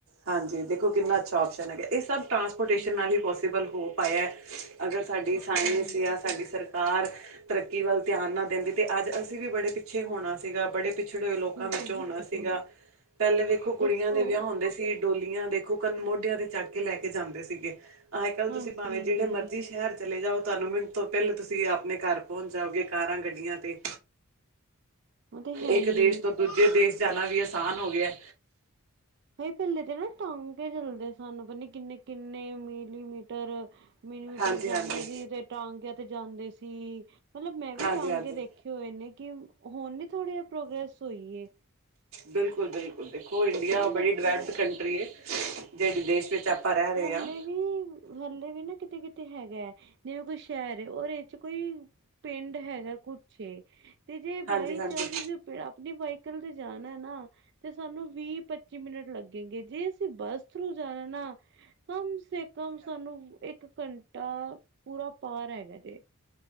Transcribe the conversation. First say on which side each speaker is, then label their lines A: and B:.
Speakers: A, on the right (about 75°); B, on the right (about 50°).
A: ਹਾਂਜੀ ਦੇਖੋ ਕਿੰਨਾ ਅੱਛਾ ਆਪਓਸ਼ਨ ਹੈਗਾ ਇਹ ਸਭ ਟਰਾਂਸਪੋਰਟੇਸ਼ਨ
B: ਹਾਂਜੀ,
A: ਨਾਲ ਹੀ ਪੋਸੀਬਲ ਹੋ ਪਾਇਆ ਅਗਰ ਸਾਡੀ ਸਾਇੰਸ
B: ਹਾਂਜੀ, ਹਾਂਜੀ।
A: ਆ ਸਾਡੀ ਸਰਕਾਰ ਤਰੱਕੀ ਵੱਲ ਧਿਆਨ ਨਾ ਦਿੰਦੀ ਤੇ ਅੱਜ ਅਸੀਂ ਵੀ ਬੜੇ ਪਿੱਛੇ ਹੋਣਾ ਸੀਗਾ ਬੜੇ ਪਿਛੜੇ ਹੋਏ ਲੋਕਾਂ
B: ਬਿਲਕੁਲ
A: ਵਿੱਚੋਂ
B: ਜੀ
A: ਹੋਣਾ
B: ਬਿਲਕੁਲ
A: ਸੀਗਾ, ਪਹਿਲੇ ਵੇਖੋ ਕੁੜੀਆਂ
B: ਦੇਖੋ
A: ਦੇ ਵਿਆਹ ਹੁੰਦੇ ਸੀ ਡੋਲੀਆਂ ਦੇਖੋ
B: ਹਾਂਜੀ,
A: ਮੋਢਿਆਂ ਤੇ ਚੜ ਕੇ ਲੈ ਕੇ ਜਾਂਦੇ ਸੀਗੇ ਅੱਜ-ਕੱਲ
B: ਹਾਂਜੀ,
A: ਤੁਸੀਂ ਭਾਵੇਂ ਜਿਹੜੇ
B: ਹਾਂਜੀ।
A: ਮਰਜ਼ੀ ਸ਼ਹਿਰ ਚਲੇ ਜਾਓ ਤੁਹਾਨੂੰ ਮਿੰਟ ਤੋਂ ਪਹਿਲਾਂ ਤੁਸੀਂ ਆਪਣੇ ਘਰ ਪਹੁੰਚ ਜਾਓਗੇ ਕਾਰਾਂ ਗੱਡੀਆਂ ਤੇ
B: ਉਹ ਤੇ ਹੈ
A: ਇੱਕ
B: ਹੀ
A: ਦੇਸ਼
B: ਏ
A: ਤੋਂ ਦੂਜੇ ਦੇਸ ਜਾਣਾ ਵੀ ਆਸਾਨ ਹੋ ਗਿਆ
B: ਭ ਪਹਿਲੇ ਤੇ ਨਾ ਟਾਂਗੇ ਚੱਲਦੇ ਸਨ ਪਤਾ ਨੀ ਕਿੰਨੇ-ਕਿੰਨੇ ਮਿਲੀਮੀਟਰ ਮਿਨੀਮੀਟਰ
A: ਹਾਂਜੀ ਹਾਂਜੀ
B: ਜਾਣਾ ਸੀ ਤੇ ਟਾਂਗਿਆਂ ਤੇ ਜਾਂਦੇ ਸੀ, ਮਤਲਬ ਮੈਂ ਵੀ
A: ਹਾਂਜੀ
B: ਟਾਂਗੇ
A: ਹਾਂਜੀ
B: ਦੇਖ ਕੀ ਹੋਏ ਨੇੇ ਕਿ ਹੁਣ ਨੀ ਥੋੜੀ ਜੀ ਪ੍ਰੋਗਰੈਸ ਹੋਈਖ ਐ
A: ਬਿਲਕੁਲ ਬਿਲਕੁਲ ਦੇਖੋ ਇੰਡੀਆ
B: ਹੁਣ ਦੇਖੋ
A: ਬੜੀ ਡਿਵੈਲਪਡ ਕੰਟਰੀ ਹੈ ਜਿਹੜੇ ਦੇਸ਼ ਵਿੱਚ ਆਪਾਂ ਰਹਿ ਰਹੇ
B: ਹਲੇ
A: ਹਾਂ
B: ਵੀ ਹਲੇ ਵੀ ਨਾ ਕਿਤੇ ਕਿਤੇ ਤੇ ਹੈਗਾ ਹੈ ਜਿਵੇਂ ਕੋਈ ਸ਼ਹਿਰ ਇਹ ਚ ਕੋਈ ਪਿੰਡ ਹੈਗਾ ਕੁਛੇ ਤੇ ਜੇ
A: ਹਾਂਜੀ
B: ਬਾਈ
A: ਹਾਂਜੀ ਹਾਂਜੀ
B: ਚਾਂਸ ਅਸੀਂ ਆਪਣੀ ਵਾਈਕਲ ਤੇ ਜਾਣਾ ਨਾ ਤੇ ਸਾਨੂੰ ਵੀਹ ਪੱਚੀ ਮਿੰਟ ਲੱਗੇ ਗ ਜੇ ਅਸੀਂ ਬੱਸ ਥਰੂ ਜਾਣਾ ਨਾ ਕਮ ਸੇ ਕਮ ਸਾਨੂੰ
A: ਹਾਂਜੀ
B: ਇੱਕ ਘੰਟਾ ਪੂਰਾ ਪਾਰ ਹੈਗਾ ਤੇ